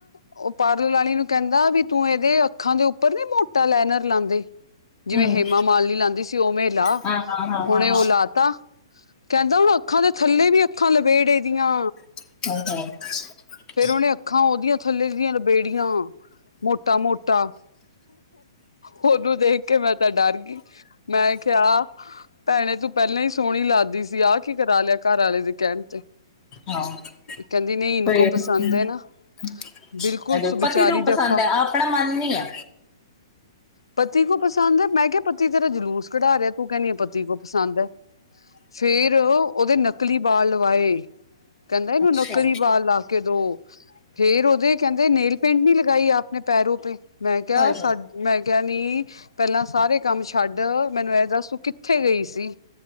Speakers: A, on the left; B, on the left.
A: ਉਹ ਪਾਰਲ ਵਾਲੀ ਨੂੰ ਕਹਿੰਦਾ ਵੀ ਤੂੰ ਇਹਦੇ ਅੱਖਾਂ ਦੇ ਉੱਪਰ ਨੀ ਮੋਟਾ ਲੈਨਰ ਲਾਦੇ। ਜਿਵੇਂ
B: ਹਮ
A: ਹ ਹੇਮਾਮਾਲਨੀ ਲਾਦੀ ਸੀ ਉਮੇ ਲਾ
B: ਹਾਂ ਹਾਂ ਹਾਂ
A: ਉਹ
B: ਹਾਂ
A: ਓਨੇ ਉਹ ਲਾਤਾ ਕਹਿੰਦਾ ਹੁਣ ਅੱਖਾਂ ਦੇ ਥੱਲੇ ਵੀ ਅੱਖਾਂ ਲਬੇੜੇ ਐਦੀਆਂ।
B: <unintelligible>
A: ਫ਼ੇਰ ਉਹਨੇ ਅੱਖਾਂ ਉਹਦੀਆਂ ਥੱਲੇ ਦੀਆਂ ਲਬੇੜੀਆਂ ਮੋਟਾ ਮੋਟਾ ਉਹਨੂੰ ਦੇਖ ਕੇ ਮੈਂ ਤਾਂ ਡਰ ਗੀ। ਮੈਂ ਕਿਹਾ ਭੈਣੇ ਤੂੰ ਪਹਿਲਾਂ ਹੀ ਸੋਹਣੀ ਲੱਗਦੀ ਸੀ ਆਹ ਕੀ ਕਰਾ ਲਿਆ ਘਰ ਆਲੇ ਦੇ ਕਹਿਣ ਤੇ।
B: ਹਾਂ <unintelligible>
A: ਕਹਿੰਦੀ ਨਹੀਂ ਇਨਕੋ ਪਸੰਦ ਹੈ ਨਾ ਬਿਲਕੁਲ ਸੁਬਿਚਾਰੀ
B: ਪਤੀ ਨੂੰ
A: ਜੱਫਾ
B: ਪਸੰਦ ਹੈ ਆਪਣਾ ਮਨ ਨੀ ਹੈ
A: ਪਤੀ ਕੋ ਪਸੰਦ ਹੈ ਮੈਂ ਕਿਹਾ ਪਤੀ ਤੇਰਾ ਜਲੂਸ ਕਢਾ ਰਿਹਾ ਤੂੰ ਕਹਣੀ ਹੈ ਪਤੀ ਕੋ ਪਸੰਦ ਹੈ ਫੇਰ ਉਹਦੇ ਨਕਲੀ ਬਾਲ ਲਵਾਏ ਕਹਿੰਦਾ ਇਹਨੂੰ
B: ਅੱਛਾ
A: ਨੱਕਲੀ ਬਾਲ ਲਾ ਕੇ ਦੋ। ਫੇਰ ਉਹਦੇ ਕਹਿੰਦੇ ਨੇਲ ਪੇਂਟ ਨੀ ਲਗਾਈ ਆਪ ਨੇ ਪੈਰੋ ਪੇ। ਮੈਂ
B: ਹੋਏ
A: ਕਿਹਾ <unintelligible>
B: ਹੋਏ
A: ਮੈਂ ਕਿਹਾ <unintelligible> ਪਹਿਲਾਂ ਸਾਰੇ ਕੰਮ ਛੱਡ ਮੈਨੂੰ ਇਹ ਦੱਸ ਤੂੰ ਕਿੱਥੇ ਗਈ ਸੀ।